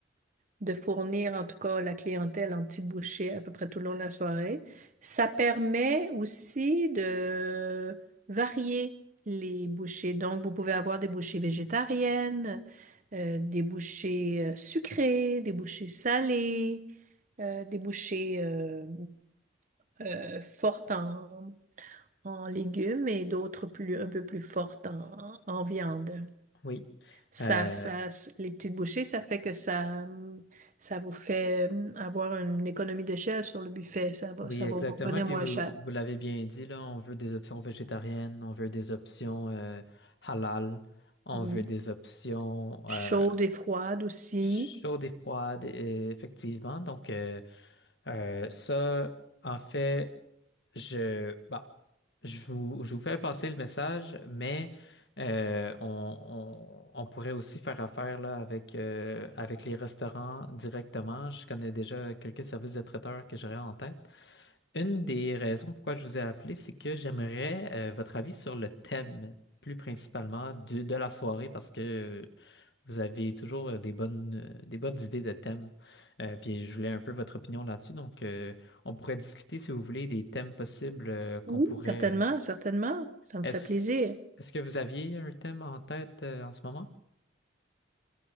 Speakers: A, on the right; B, on the left.
A: de fournir en tout cas la clientèle en petits bouchées à peu près tout le long de la soirée. Ça permet aussi de varier les bouchées. Donc, vous pouvez avoir des bouchées végétariennes, euh, des bouchées euh, sucrées, des bouchées salées, euh, des bouchées euh, euh, fortes en, en légumes et d'autres plus, un peu plus fortes en en viande.
B: oui,
A: Ça,
B: Euh,
A: ça, les petites bouchées, ça fait que ça, hum, ça vous fait hum, avoir une économie d'échelle sur le buffet. Ça va,
B: oui,
A: ça
B: exactement.
A: va vous revenir
B: Puis
A: moins
B: vous,
A: cher.
B: vous l'avez bien dit, là, on veut des options végétariennes, on veut des options euh, halal, on
A: Oui.
B: veut des options.
A: Chaude
B: euh,
A: et froide aussi.
B: Chaude et froide, euh, effectivement. Donc, euh, euh, ça, en fait, je, bah, je vous, je vous fais passer le message, mais euh, on, on- on pourrait aussi faire affaire là, avec, euh, avec les restaurants directement. Je connais déjà quelques services de traiteurs que j'aurais en tête. Une des raisons pourquoi je vous ai appelé, c'est que j'aimerais euh, votre avis sur le thème, plus principalement de, de la soirée, parce que vous avez toujours euh, des bonnes, euh, des bonnes idées de thèmes. Euh, puis je voulais un peu votre opinion là-dessus. Donc, euh, on pourrait discuter, si vous voulez, des thèmes possibles euh, qu'on
A: Oui,
B: pourrait.
A: certainement,
B: euh,
A: certainement. Ça me
B: Est-ce,
A: ferait plaisir.
B: est-ce que vous aviez un thème en tête euh, en ce moment?